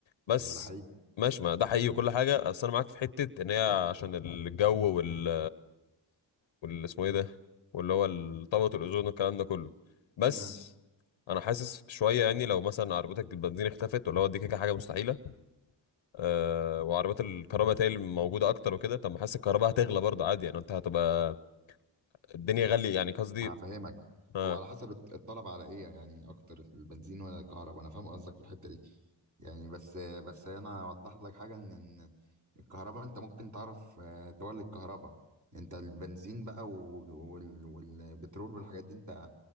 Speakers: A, on the left (about 85°); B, on the right (about 40°).
A: بس
B: طب ما ده حقيقي
A: ماشي ما ده حقيقي وكل حاجه بس انا معاك في حته ان هي عشان الجو وال وال اسمه ايه ده واللي هو ال- طبقه الاوزون والكلام ده كله بس
B: ماشي
A: انا حاسس شويه يعني لو مثلا عربيتك البنزين اختفت واللي هو دي كده حاجه مستحيله آه، وعربيات الكهرباء تالي موجوده اكتر وكده طب ما حاسس الكهرباء هتغلى برضه عادي يعني انت هتبقى الدنيا غاليه يعني قصدي
B: ما فاهمك
A: اه
B: هو على حسب الط- الطلب على ايه يعني اكتر البنزين ولا الكهرباء انا فاهم قصدك في الحتة دي يعني بس بس انا اوضح لك حاجة ان إن الكهرباء انت ممكن تعرف آه، تولد كهرباء انت البنزين بقى و- وال- والبترول والحاجات دي انت